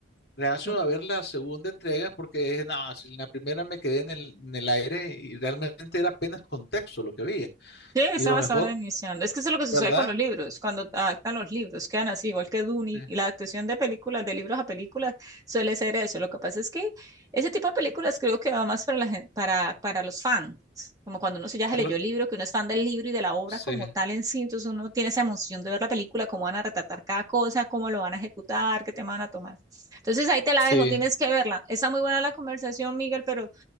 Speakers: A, on the left (about 60°); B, on the right (about 20°).
A: reacio
B: Su-
A: a ver la segunda entrega porque dije, no, si en la primera me quedé en el, en el aire y realmente era apenas contexto lo que había.
B: Sí, estabas
A: Y lo mejor,
B: ahora iniciando. Es que eso es lo que sucede
A: ¿verdad?
B: con los libros. Cuando adaptan los libros, quedan así, igual que Dune,
A: Sí,
B: y la adaptación de películas, de libros a películas, suele ser eso. Lo que pasa es que ese tipo de películas creo que va más para, la gen- para, para los fans. Como cuando uno se ya se
A: a
B: leyó
A: lo-
B: el libro, que uno es fan del libro y de la obra
A: sí.
B: como tal en sí, entonces uno tiene esa emoción de ver la película, cómo van a retratar cada cosa, cómo lo van a ejecutar, qué tema van a tomar. Entonces ahí te la
A: sí.
B: dejo, tienes que verla. Está muy buena la conversación, Miguel, pero